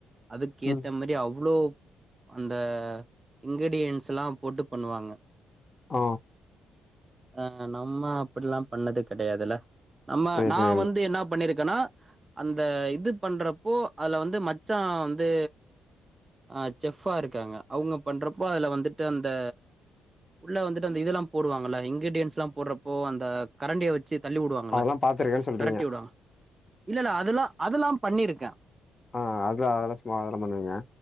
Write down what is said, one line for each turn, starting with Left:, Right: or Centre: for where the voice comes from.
Right: அதுக்கேத்த
Left: ம்
Right: மாரி அவ்வளோ அந்த இன்கிரீடியன்ஸ் எல்லா போட்டு பண்ணுவாங்க
Left: ஆ
Right: ஆ நம்ம அப்டில்லாம் பண்ணது கெடையாதுல நம்ம
Left: சரி
Right: நா வந்து என்ன பண்ணிருக் இருந்தன்னா அந்த இது பண்றப்போ அதுல வந்து மச்சா வந்து அ செஃப்பா இருக்காங்க அவங்க பண்றப்போ அதுல வந்துட்டு அந்த உள்ள வந்துட்டு அந்த இதெல்லாம் போடுவங்கல்ல இன்கிரீடியன்ஸ் எல்லாம் போடுறப்போ அந்த கரண்டிய வெச் வெச்சு தள்ளி உடுவாங்கல்ல
Left: அதெல்லாம் பாத்துருக்கேன்னு சொல்றீங்க.
Right: வெரட்டி உடுவாங்க இல்ல இல்ல அதெல்லா அதல்லாம் பண்ணிருக்க
Left: ஆ அதா அதெல்லா சும்மா சம்பந்தோ இல்லிங்க